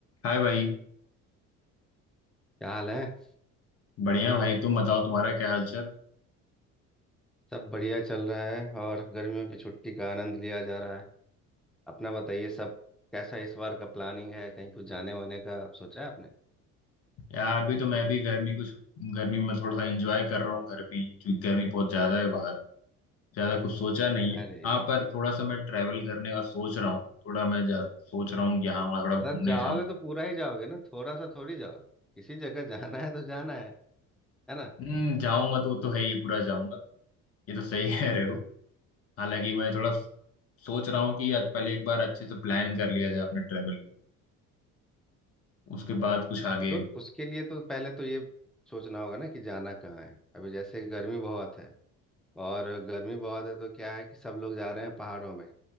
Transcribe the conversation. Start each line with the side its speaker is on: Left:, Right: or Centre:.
Left: हाय भाई
Centre: क्या हाल है
Left: बढ़िया भाई तुम बताओ तुम्हारा क्या हालचाल
Centre: सब बढ़िया चल रहा है और गर्मियों की छुट्टी का आनंद लिया जा रहा है अपना बताइए सब कैसा इस बार का प्लानिंग है कहीं कुछ जाने वाने का सोचा है आपने
Left: यार अभी तो मैं भी गर्मी को छु- गर्मी में थोड़ा सा एंजॉय कर रहा हूँ घर पे ही, क्योंकि गर्मी बहुत ज्यादा है बाहर ज्यादा कुछ सोचा नहीं है
Centre: अरे
Left: हाँ पर थोड़ा सा मैं ट्रैवल करने का सोच रहा हूँ थोड़ा मैं जा, सोच रहा हूँ कि हाँ वहाँ थोड़ा घूमने
Centre: अगर जाओगे
Left: जाऊँ
Centre: तो पूरा ही जाओगे ना थोड़ा सा थोड़ी जाओगे किसी जगह जाना है तो जाना है है ना
Left: हम्म जाऊंगा तो वो तो है ही पूरा जाऊंगा ये तो सही <laughs> कह रहे हो
Centre: हाँ।
Left: हालांकि मैं थोड़ा सोच रहा हूँ कि आज पहले एक बार अच्छे से प्लान कर लिया जाए अपने ट्रैवल को उसके बाद कुछ आगे
Centre: तो उसके लिए तो पहले तो ये सोचना होगा ना कि जाना कहाँ है अभी जैसे गर्मी बहुत है और गर्मी बहुत है तो क्या है कि सब लोग जा रहे हैं पहाड़ों में